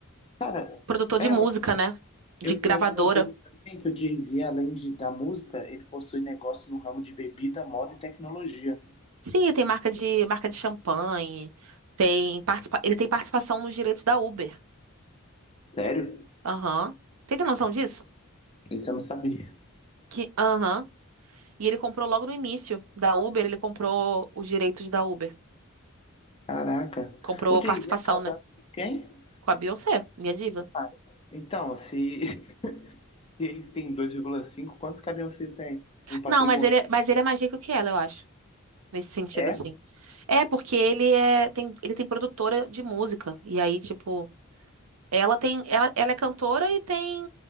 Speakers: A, on the left; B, on the right.
A: Cara,
B: produtor de
A: é,
B: música, né? De
A: Eu,
B: gravadora.
A: e eu tava vendo também que o Jay-Z, além de, da música, ele possui negócio no ramo de bebida, moda e tecnologia.
B: Sim, tem marca de marca de champanhe, tem participa... ele tem participação nos direitos da Uber.
A: Sério?
B: Aham. Tem ter noção disso?
A: Isso eu não sabia.
B: Que aham. E ele comprou logo no início da Uber, ele comprou os direitos da Uber.
A: Caraca.
B: Comprou
A: O Jay-Z
B: participação,
A: é casado
B: né?
A: com quem?
B: Com a Beyoncé, minha diva.
A: Ah, então, se, <laughs> se ele tem dois vírgula cinco quantos caminhões você tem em patrimônio?
B: Não, mas ele, é, mas ele é mais rico que ela, eu acho. Nesse sentido,
A: É?
B: assim. É, porque ele é, tem, ele tem produtora de música. E aí, tipo, ela tem, ela, ela é cantora e tem,